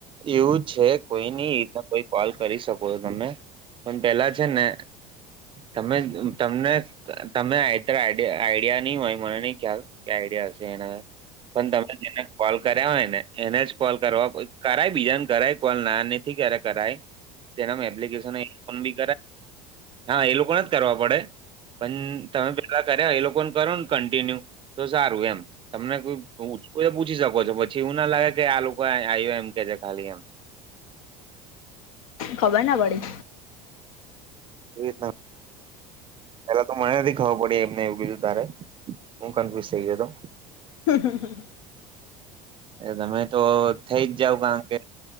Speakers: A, on the right; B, on the left.
A: એવું છે કોઈ નહી એના કોઈ કોલ કરી શકો છો તમે પણ પેલા છે ને તમે તમને તમે આત આઈડિયા નહી હોય મને નહી ખ્યાલ કે આઈડ એના પણ તમે જેને કોલ કર્યા હોય ને એને જ કોલ કરવા કરાય બીજાને કરાય કોલ ના નથી ક્યારે કરાય જેના એપ્લિકેશની હા એ લોકો જ કરવા પડે પણ તમે પે કર એ લોકોને કરો ને કન્ટિન્યુ તો સારું એમ તમને પૂછી શકો છો પછી એવું ના લાગે કે આ લોકો આયો એમ કે છે ખાલી એમ
B: ખબર ના પડી
A: એવી રીત પેલા તો મને નથી ખબર પડી એમને એવું બીધું તારે હું કન્ફ્યુઝ થઇ ગયો હતો
B: હ.
A: એ તમે તો થઈ જ જાાવ કારણ કે